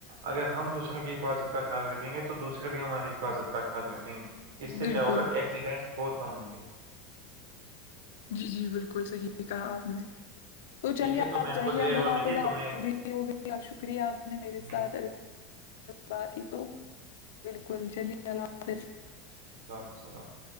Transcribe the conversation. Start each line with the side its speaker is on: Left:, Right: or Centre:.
Right: اگر ہم دوسروں کی حفاظت کا خیال رکھیں گے تو دوسرے بھی ہماری حفاظت کا خیال رکھیں گے
Left: ہے
Right: اس سے
Left: بالکل
Right: کیا ہوگا کہ ایکسیڈنٹس بہت کم ہوں گے
Left: جی جی بالکل صحیح کہا آپ نے تو چلیے
Right: ٹھیک ہے تو
Left: آپ
Right: میرے
Left: جائیے
Right: کو دیر
Left: اب
Right: ہو
Left: اللہ
Right: رہی
Left: حافظ
Right: ہے
Left: آپ
Right: تو میں
Left: پوری ہو گئی اور شکریہ آپ نے میرے ساتھ
Right: جی
Left: بات کی تو بالکل چلیے اللہ حافظ
Right: ل <unintelligible> <inaudible>